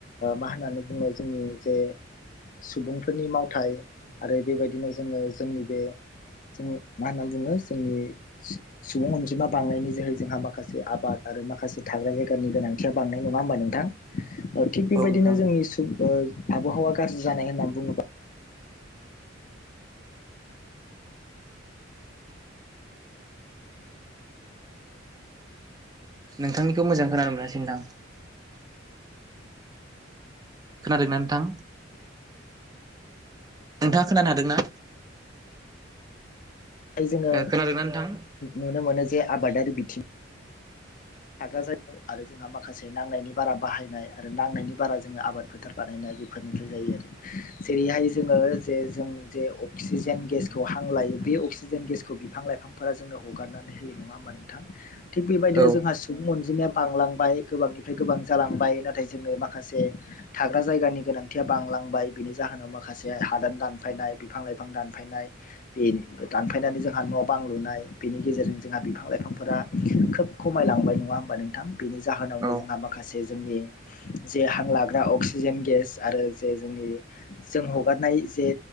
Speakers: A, on the left; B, on the right.
A: मा होननानै बुङो जोंनि जे सुबुंफोरनि मावथाय आरो बेबायदिनो जोङो जोंनि बे जों मा होनना बुङो जोंनि सुबुं अनजिमा बांनायनि जोहै जोंहा माखासे आबाद आरो माखासे थाग्रा जायगानि गोनांथिया बांनाय नङा होमबा नोंथां। थिग बेबायदिनो
B: औ नोंथां
A: जोंनि आबहावा गाज्रि जानाय होननानै बुङोब्ला।
B: नोंथांनिखौ मोजां खोनानो मोनासै नोंथां खोनादों ना नोंथां नोंथाङा खोनानो हादोंना।
A: जोङो
B: खोनादोंना नोंथां?
A: नुनो मोनो जे आबादारि बिथिं थाग्रा जायगा आरो जोंहा माखासे नांनायनि बारा बाहायनाय आरो नांनायनि बारा जोङो आबाद फोथार बानायनाय बेफोरनिफ्राय जायो आरो। जेरैहाय जोङो जे जों जे अक्सिजेन गेसखौ हां लायो बे अक्सिजेन गेसखौ बिफां लाइफांफोरा जोंनो हगारनानै होयो नङा हबा नोंथां थिक बेबायदिनो
B: औ
A: जोंहा सुबुं अनजिमाया बांलांबाय गोबांनिफ्राय गोबां जालांबाय नाथाय जोङो माखासे थाग्रा जायगानि गोनांथिया बांलांबाय बिनि जाहोनाव माखासे हादान दानफायनाय बिफां लाइफां दान फायनाय बे दानफायनानै जोंहा न' बां लुनाय बेनि गेजेरजों जोंहा बिफां लाइफांफोरा खोब खमायलांबाय नङा होमबा नोंथां बेनि जाहोनावनो
B: औ
A: जोंहा माखासे जोंनि जे हां लाग्रा अक्सिजेन गेस आरो जे जोंनि जों हगारनाय जे